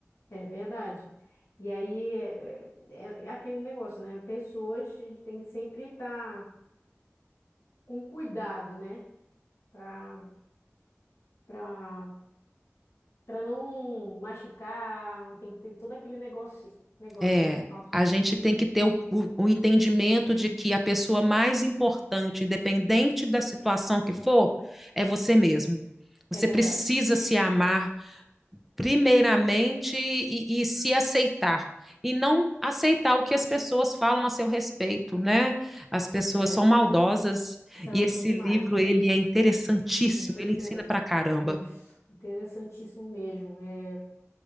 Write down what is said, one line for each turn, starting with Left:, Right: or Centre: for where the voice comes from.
Left: é verdade. E aí é, é- é aquele negócio, né? Pessoas, a gente tem que sempre estar com cuidado, né? Para para para não machucar, não tem que ter todo aquele negócio, negócio,
Centre: É,
Left: né? Com auto...
Centre: a gente tem que ter o, o, o entendimento de que a pessoa mais importante, independente da situação que for, é você mesmo.
Left: É
Centre: Você
Left: verdade.
Centre: precisa se amar primeiramente e, e se aceitar. E não aceitar o que as pessoas falam a seu respeito, né? As pessoas
Left: É,
Centre: são maldosas.
Left: são,
Centre: E esse
Left: são demais.
Centre: livro, ele é interessantíssimo.
Left: É Teixeira.
Centre: Ele ensina pra caramba.
Left: Isso, interessantíssimo mesmo. É,